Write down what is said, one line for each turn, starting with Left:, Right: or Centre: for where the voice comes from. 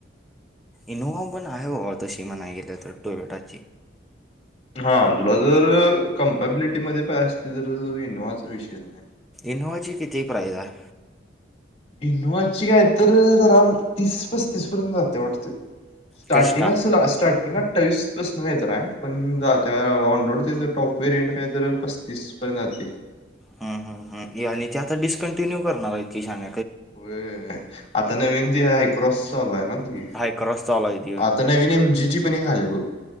Centre: इनोवा पण आहे बा तशी म्हणा गेलं तर टोवेटाची
Left: हा तुला जर कम्पॅबिलिटी मध्ये पाय असली तर इनोव्हाचा विषय आहे
Centre: इनोवाची कती प्रायस आहे
Left: इनु वाज्ची काय तर जरा तीस पस्तीस पर्यंत जाते वाटते. स्टार्टिंग
Centre: क्रिस्टा
Left: स्टार्टिंग अठ्ठावीसपसन काहीत आहे पण ज त्या ऑन ररोडचे ज टॉप वेरियंट काय तर पस्तीस पर्यंत जात
Centre: हम हम् आणि ते आता डिस्कंटिन्यू करणारची शान
Left: हो आता नवीनती हाय क्रॉस चालू आहे ना ती.
Centre: हायकस चालला हो
Left: आता नवीन एमजीची पण खाले बघ